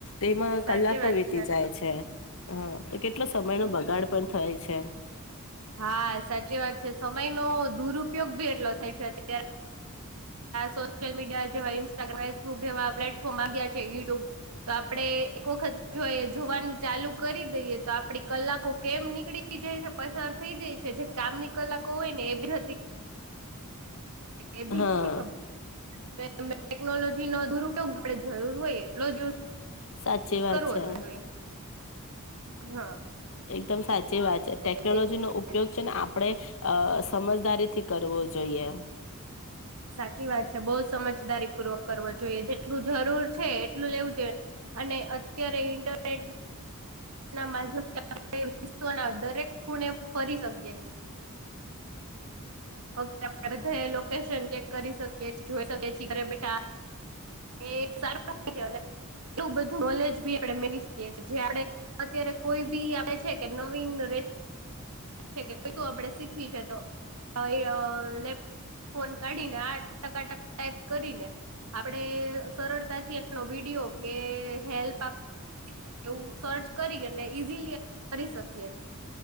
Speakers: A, on the left; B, on the right.
A: તેમાં
B: સાચી
A: કલાકો
B: વાત
A: વીતી જાય છે. હા તો કેટલો સમયનો બગાડ પણ થાય છે એમ.
B: હા, સાચી વાત છે સમયનો દૂરપ ઉપયોગ ભી એટલો થાય છે અત્યારે. સોશિલ મીડિયા જેવા ઇન્સ્ટ્રાગ્રામ, ફેસબુક જેવા પ્લેટફોર્મમાં ગયા છે. યૂ ટ્યૂબ તો આ આપણે એક વખત જોયે જોવાનું ચાલુ કરી દઈએ તો આપડી કલાકો કેમ નીકળી પસાર થઈ જય છે જે કામ ની કલાકો હોય ને એ બી જતી એ બી
A: હા
B: નથી ખબર ત ટેકનોલોજી નો દુર ઉપયોગ આપડે જરૂર હોય એટલો જ
A: સાચી
B: યુઝ
A: વાત
B: કરવો
A: છે.
B: જોઈએ હા.
A: એકદમ સાચી ચી વાત છે
B: એ
A: ટેકનોલોજીનો ઉપયોગ છે ને આપણે અ સમજદારીથી કરવો જોઈએ.
B: સાચી વાત છે બહુ સમજદારી પૂર્વક કરવો જોઈએ જેટલું જરૂર છે એટલું લેવું જોઈએ અને અત્યારે ઇન્ટરનેટ ના માધ્યમ થી આપડે <unintelligible> દરેક ખુણે ફરી શકીએ <unintelligible> <unintelligible> લોક <unintelligible> કરી શક જોઈ શકીયે ઘરે બેઠા એ સારુ છે એવું બધું નોલેજ આપ મેળવી શકીએએ જે આપડણે અત્યારે કોઈ બી આપે છે કે નવીન ર કે શું આપે શીખવી છે તો અ લેપટોપ કે ફોન કાઢીને આ ટકાટક ટાઈપ કરીને આપડે સરળતાથી એનો વિડીયો કે હેલ્પ આપ મળી શકે એવું સર્ચ કરીને ઈઝીલી આપણે કરી શકીએ.